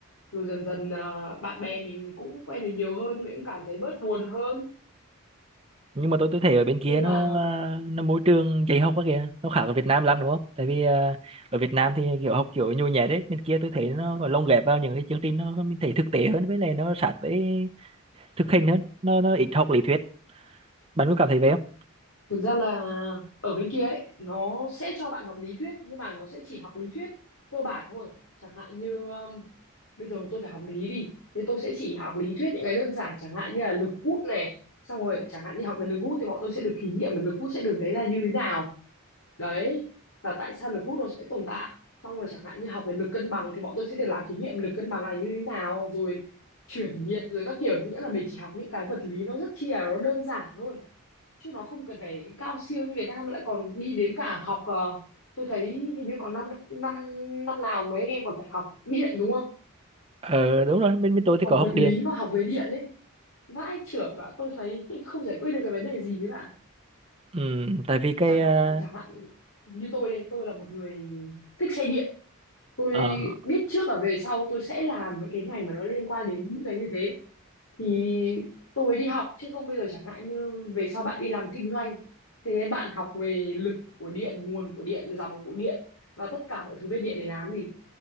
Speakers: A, on the left; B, on the right.
A: Rồi dần dần à, bạn bè mình cũng quen được nhiều hơn, mình cũng cảm thấy bớt buồn hơn.
B: nhưng mà tôi tôi thấy ở bên kia
A: Nên là
B: nó nó môi trường dạy học quá kìa nó khác ở Việt Nam lắm đúng không tại vì à, ở Việt Nam thì kiểu học kiểu nhồi nhét đấy bên kia tôi thấy nó còn lồng ghép vào những cái chương trình nó mình thấy thực tế hơn với lại nó sát với thực hành hơn nó nó ít học lý thuyết bạn có cảm thấy vậy không
A: thực ra là ở bên kia ấy, nó sẽ cho bạn học lý thuyết nhưng mà nó sẽ chỉ học lý thuyết cơ bản thôi. Chẳng hạn như bây giờ tôi phải học lý đi thế tôi sẽ chỉ học lý thuyết những cái đơn giản chẳng hạn như là lực hút này xong rồi chẳng hạn như học về lực hút thì bọn tôi sẽ được thí nghiệm mà lực hút sẽ được thấy ra như thế nào đấy và tại sao lực hút nó sẽ tồn tại xong rồi chẳng hạn như học về lực cân bằng thì bọn tôi sẽ được làm thí nghiệm lực cân bằng là như thế nào rồi chuyển nhiệt rồi các kiểu nghĩa là mình chỉ học những cái vật lý nó rất chi là nó đơn giản thôi chứ nó không cần phải cao siêu như Việt Nam lại còn đi đến cả học ờ, tôi thấy hình như còn năm năm năm nào mấy anh em còn phải học điện đúng không
B: ờ đúng rồi bên bên tôi thì
A: học
B: có học
A: vật
B: điện
A: lý mà học về điện ấy vãi chưởng và tôi thấy <laughs> không giải quyết được cái vấn đề gì ấy bạn
B: ừ, tại vì cái
A: chẳng
B: à,
A: hạn chẳng hạn như tôi đây tôi là một người thích xe điện tôi
B: ở
A: biết trước và về sau tôi sẽ làm mấy cái ngành mà nó liên quan đến những cái như thế thì tôi mới đi học chứ không bây giờ chẳng hạn như về sau bạn đi làm kinh doanh thế nên bạn học về lực của điện nguồn của điện dòng của điện và tất cả mọi thứ về điện để làm gì